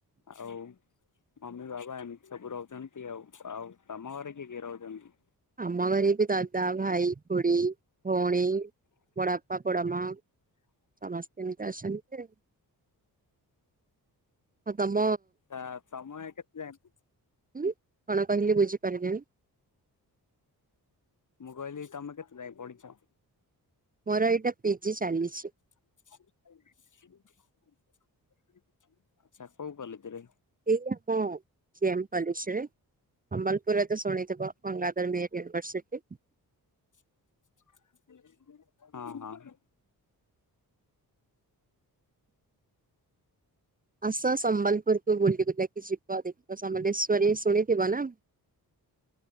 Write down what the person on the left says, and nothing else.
ଆଉ ମମି, ବାପା ଏମିତି ସବୁ ରହୁଛନ୍ତି ଆଉ। ଆଉ ତମ ଘରେ କିଏ କିଏ ରହୁଛନ୍ତି?
ଆଛା <unintelligible>
ମୁଁ କହିଲି ତମେ କେତେ ଯାଏ ପଢିଛ?
<inaudible> ଆଛା କୋଉ କଲେଜ୍ ରେ?
<inaudible> ହଁ ହଁ।